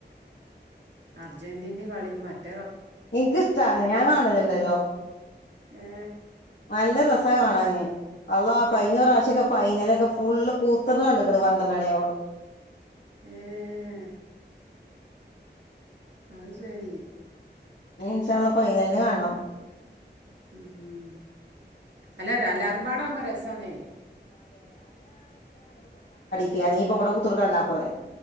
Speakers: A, on the right; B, on the left.
A: അർജന്റീന കളി മറ്റ
B: ഇൻക് സ്ത്താണ് ഞാൻ കാണലുണ്ട്ല്ലോ
A: ഏ
B: നല്ല രസാ കാണാന് അള്ളാ കഴിഞ്ഞ പ്രാവശ്യൊക്കെ ഫൈനലൊക്കെ ഫുള്ള് കൂത്തർന്ന് കണ്ട്ക്ക്ണ് പന്ത്രണ്ടണിയാവോളം
A: ഏഹ് അഹ് സരി
B: ഞ്ഞി ൻശാഅള്ളാ ഫൈനലിന് കാണണം
A: ഉം അല്ല അല്ലാരുമ്പാടാവുമ്പോ രസാണെ
B: ക്യാ <unintelligible> ബട <unintelligible> കുത്തർക്ക ണ്ടാ പോരേ